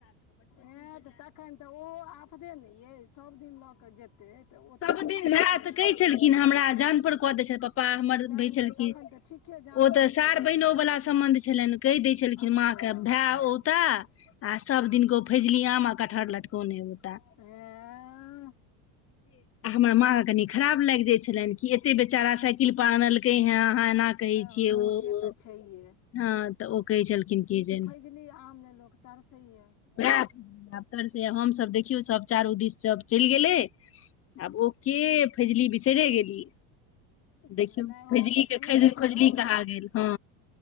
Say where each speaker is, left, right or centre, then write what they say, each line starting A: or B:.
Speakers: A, on the left; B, on the left.
A: ए तऽ तखन ओहो आफदे ने यइ सभ दिन लऽ कऽ जेतै हतै तऽ ओ
B: सब
A: तऽ
B: दिन
A: ठीके
B: भाय
A: न
B: तऽ कहै छलखिन हमरा अजान पर कऽ द छथि पापा हमर
A: नहि
B: भी छलखिन
A: नहि तखन तऽ ठीके जान
B: ओ तऽ
A: पर
B: सार
A: भऽ जाइ
B: बहिनो
A: छै
B: वाला सम्बंध छलनि। कहि दै छलखिन
A: अच्छा
B: माँके भाय औत आ सभ दिन ग ओ फेजली आम आ कटहर लटकोने होता
A: अहे
B: हमर माँ कनी खराब लागि जाय छलनि कि एते बेचारा साइकिल पर आनल है अहाँ एना कहै
A: हँ
B: छियै ओ
A: से तऽ छैहे
B: हँ तऽ ओ कहै छलखिन जे
A: ने आम ने लोको तरसे या
B: एर से हमसभ देखियौ सभ चारू दिस सभ चलि गेलै आब ओके फजली बिचरे गेली। देखियौ
A: नहि हम खेने
B: खजली
A: छलहुँ
B: खोजली कह गेल ह